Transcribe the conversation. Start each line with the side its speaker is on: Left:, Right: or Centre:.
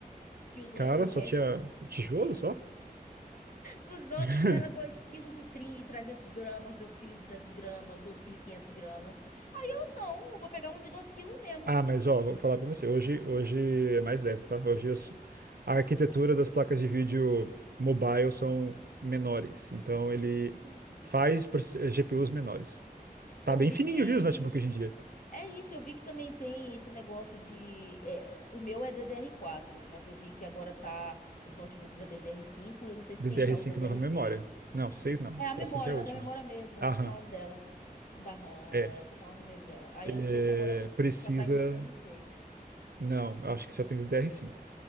Left: que os,
Right: Cara,
Left: re- o resto...
Right: só tinha tijolo
Left: é
Right: só?
Left: os outros
Right: <laughs>
Left: eram dois quilos e trezentos gramas, 2,2 duzentos gramas, 2,5 quinhentos gramas. Aí eu não, eu vou pegar um de 2 quilos mesmo.
Right: Ah, mas ó, vou falar pra você. Hoje, hoje é mais leve, tá? Hoje os- a arquitetura das placas de vídeo mobile são menores. Então ele
Left: Hum.
Right: faz proce- eh, GPUs menores. Tá
Left: Eu
Right: bem
Left: vi
Right: fininho,
Left: que.
Right: viu, os notebooks hoje em dia?
Left: É isso, eu vi que também tem esse negócio de. é, o meu é ddr quatro mas eu vi que agora tá. Os notebooks é ddr cinco eu não sei se
Right: DDR5
Left: tem já o ddr
Right: nova memória.
Left: seis
Right: Não, 6 não.
Left: É
Right: Acho
Left: a memória,
Right: que a 5 é a
Left: mas
Right: última.
Left: é a memória mesmo, eu
Right: Aham,
Left: tô falando dela, da RAM,
Right: é.
Left: é, tô falando mesmo dela. Aí
Right: É,
Left: eu não sei se agora
Right: Precisa.
Left: já tá em ddr seis
Right: Não, acho
Left: Não sei.
Right: que só tem DDR5.